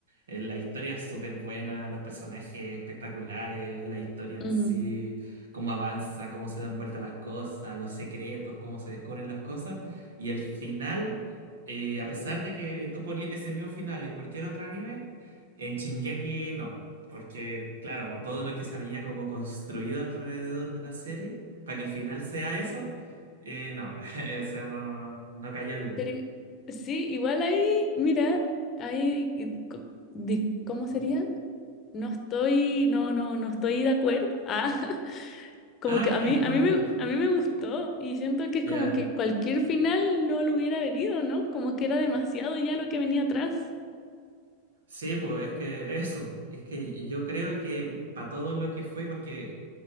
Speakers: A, on the right (about 65°); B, on the left (about 30°).
A: eh, la historia es súper buena, los personajes espectaculares, la historia
B: Ujú.
A: en sí, cómo avanza, cómo se dan vuelta las cosas, los secretos, cómo se descubren las cosas, y el final, eh, a pesar de que tú ponías ese mismo final en cualquier otro anime, en Shingeki no. Porque, claro, todo lo que se había como construido alrededor de la serie, para que el final sea eso, eh, no, <laughs> o sea, no, no cayó bien.
B: Pero sí, igual ahí, mira, ahí, y co- di- ¿cómo sería? No estoy, no, no, no estoy de acuerdo. <laughs> Ah, Como
A: Ah,
B: que
A: ya,
B: a mí,
A: tú
B: a
A: no
B: mí
A: estás
B: me,
A: de acuerdo.
B: a mí me gustó y siento que es
A: Ya,
B: como que cualquier final no lo hubiera venido, ¿no? Como que era demasiado ya lo que venía atrás.
A: Sí, pues es que eso, es que yo creo que para todo lo que fue, porque